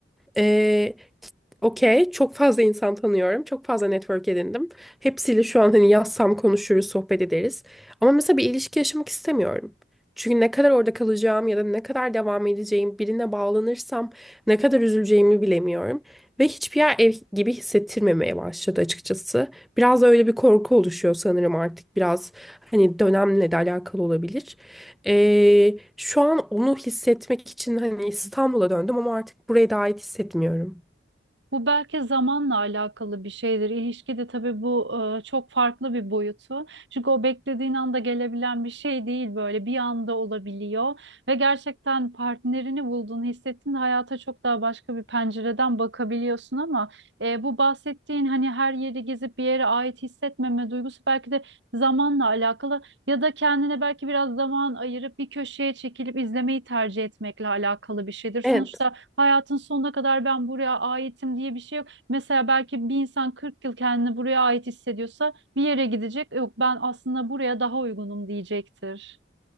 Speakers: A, in the centre; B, on the right (about 70°).
A: Ee, Okey, çok fazla insan tanıyorum. Çok fazla network edindim. Hepsiyle şu an hani yazsam konuşuruz, sohbet ederiz. Ama mesela bir ilişki yaşamak istemiyorum. Çünkü ne kadar orada kalacağım ya da ne kadar devam edeceğim, birine bağlanırsam ne kadar üzüleceğimi bilemiyorum. Ve hiçbir yer ev gibi hissettirmemeye başladı açıkçası. Biraz da öyle bir korku oluşuyor sanırım artık. Biraz hani dönemle de alakalı olabilir. Ee, şu an onu hissetmek için hani İstanbul'a döndüm ama artık buraya da ait hissetmiyorum.
B: Bu belki zamanla alakalı bir şeydir. İlişkide tabii bu e, çok farklı bir boyutu. Çünkü o beklediğin anda gelebilen bir şey değil böyle bir anda olabiliyor. Ve gerçekten partnerini bulduğunu hissettiğinde hayata çok daha başka bir pencereden bakabiliyorsun ama e, bu bahsettiğin hani her yeri gezip bir yere ait hissetmeme duygusu belki de zamanla alakalı ya da kendine belki biraz zaman ayırıp bir köşeye çekilip izlemeyi tercih etmekle alakalı bir şeydir. Sonuçta
A: Evet.
B: Hayatın sonuna kadar ben buraya aitim diye bir şey yok. Mesela belki bir insan 40 yıl kendini buraya ait hissediyorsa bir yere gidecek. Yok ben aslında buraya daha uygunum diyecektir.